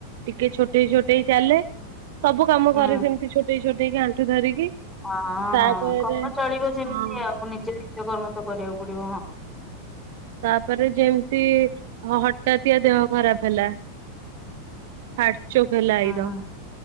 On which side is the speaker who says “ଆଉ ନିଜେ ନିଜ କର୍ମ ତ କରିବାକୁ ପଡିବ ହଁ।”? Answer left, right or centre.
Centre